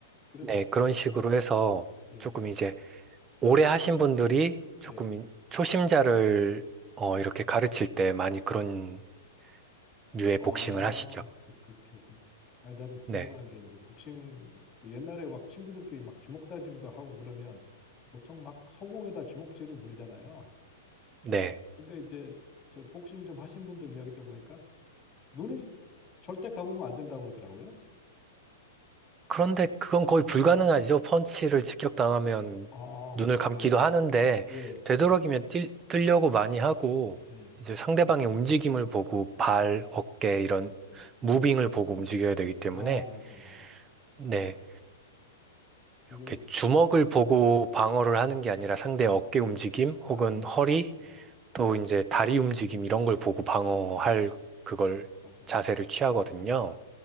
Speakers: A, on the left; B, on the right.
A: 그럼,
B: 네, 그런 식으로 해서
A: 예,
B: 조금 이제 오래 하신 분들이 조금
A: 예,
B: 이- 초심자를 어, 이렇게 가르칠 때 많이 그런
A: 예.
B: 류의
A: 아,
B: 복싱을 하시죠.
A: 그, 그렇게 하구나. 아니, 나는 궁금한
B: 네.
A: 게 이제 복싱, 그 옛날에 막 친구들끼리 막 주먹 다짐도 하고 그러면 보통 막 서공에다 주먹 지르고 그러잖아요.
B: 네.
A: 근데 이제 저 복싱 좀 하신 분들 이야기 들어보니까 눈을 절대 감으면 안 된다고 그러더라고요.
B: 그런데 그건 거의 불가능하죠. 펀치를 직격당하면
A: 아,
B: 눈을 감기도
A: 그래요.
B: 하는데,
A: 예,
B: 되도록이면 뛸, 뛰려고 많이 하고,
A: 예,
B: 이제 상대방의 움직임을 보고, 발,
A: 네,
B: 어깨, 이런
A: 예.
B: 무빙을 보고 움직여야 되기 때문에,
A: 아, 맞아, 맞아.
B: 네,
A: 그걸
B: 이렇게 주먹을 보고 방어를 하는 게 아니라 상대의 어깨 움직임,
A: 아,
B: 혹은 허리,
A: 그렇구나.
B: 또 이제 다리 움직임 이런 걸 보고 방어할
A: 음.
B: 그걸
A: 맞아,
B: 자세를
A: 맞아.
B: 취하거든요.
A: 예.